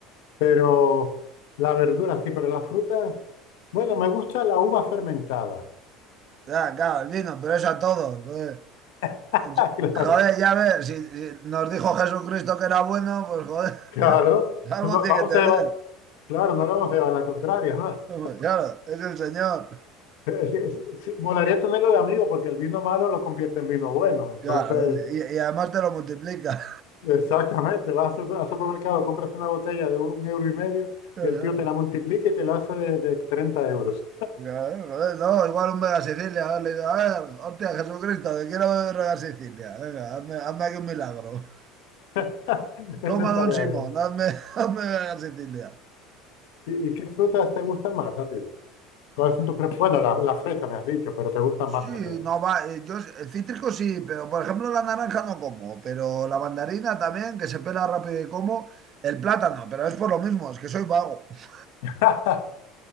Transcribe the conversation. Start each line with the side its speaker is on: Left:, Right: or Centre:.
Left: Pero la verdura sí, pero las frutas, bueno, me gusta la uva fermentada.
Right: Ya, claro, el vino, pero eso a todos. Joder,
Left: <laughs>
Right: Yo-
Left: Ah, Claro,
Right: joder, ya ves, si, si nos dijo Jesucristo que era bueno, pues joder,
Left: claro.
Right: <laughs> algo
Left: Va-
Right: tiene
Left: Vamos
Right: que tener.
Left: a llevar, claro, no le vamos a llevar la contraria, ¿no?
Right: Hombre, Claro, es el Señor.
Left: <laughs> sí, sí, sí, Molaría tenerlo de amigo porque el vino malo lo convierte en vino bueno, entonces.
Right: Claro, y, y además te lo multiplica.
Left: Exactamente, vas al super- al supermercado, compras una botella de un euro y medio
Right: Eh,
Left: y el tío te la multiplica y te lo hace de, de 30 euros.
Right: claro, joder, no, igual un Mega Sicilia, a ver, le digo, a ver, hostia, Jesucristo, que quiero beber Mega Sicilia, venga, hazme, hazme aquí un milagro.
Left: <laughs> Eso
Right: Toma,
Left: estaría
Right: don Simón,
Left: bien.
Right: hazme, <laughs> hazme Mega Sicilia.
Left: ¿Y, y qué frutas te gustan más a ti? ¿Cuáles son tus pre- Bueno, la, la fresa me has dicho, pero te gustan más
Right: Sí,
Left: también, ¿no?
Right: no va, eh, yo eh, cítrico sí, pero por ejemplo la naranja no como, pero la mandarina también, que se pela rápido y como, el plátano, pero es por lo mismo, es que soy vago. <laughs>
Left: <laughs>